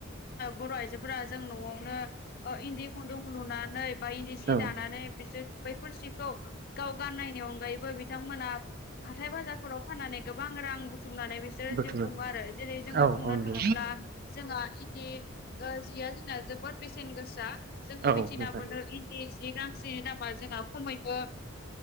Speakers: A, on the left; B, on the right.
A: बर' आइजोफोरा जों न'आवनो इन्दि खुन्दुं लुनानै बा इन्दि सि
B: औ
A: दानानै बिसोर बैफोर सिखौ गाव गाननायनि अनगायैबो बिथांमोना हाथाय बाजारफोराव फाननानै गोबां रां बुथुमनानै बेसे बिसोर
B: बुथुमो
A: जिउ खुङो आरो जेरै जोङो
B: औ
A: बुंनो
B: औ नंगौ
A: थाङोब्ला जोंहा इन्दि जिया जोंना जोबोद बेसेन गोसा जोङो
B: नोंथां
A: मिथिना
B: औ नोंथां
A: मोनो इन्दि जि गांसेनि दाम बा जोंहा खमैबो